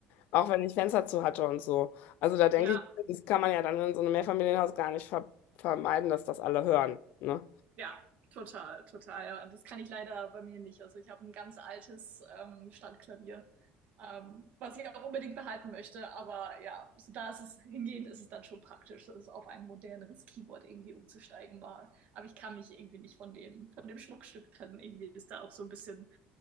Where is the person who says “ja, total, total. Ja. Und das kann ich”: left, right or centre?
Right